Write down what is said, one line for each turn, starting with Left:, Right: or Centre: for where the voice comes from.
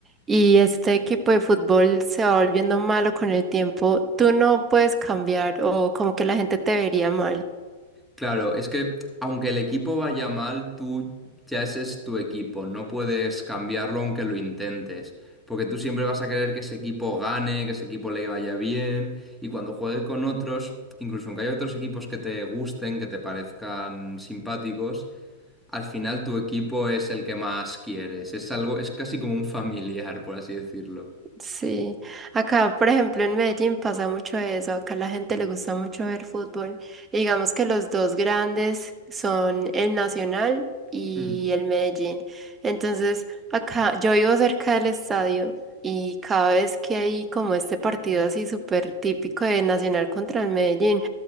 Right: y este equipo de fútbol se va volviendo malo con el tiempo. Tú no puedes cambiar o como que la gente te vería mal.
Centre: Claro, es que aunque el equipo vaya mal, tú ya ese es tu equipo, no puedes cambiarlo aunque lo intentes, porque tú siempre vas a querer que ese equipo gane, que ese equipo le vaya bien, y cuando juegue con otros, incluso aunque haya otros equipos que te gusten, que te parezcan simpáticos, al final tu equipo es el que más quieres, es algo, es casi como un familiar, por así decirlo.
Right: Sí, acá por ejemplo en Medellín pasa mucho eso, acá la gente le gusta mucho ver fútbol. Y digamos que los dos grandes son el Nacional y
Centre: Mm,
Right: el Medellín. Entonces, acá yo vivo cerca del estadio y cada vez que hay como este partido así súper típico de Nacional contra el Medellín,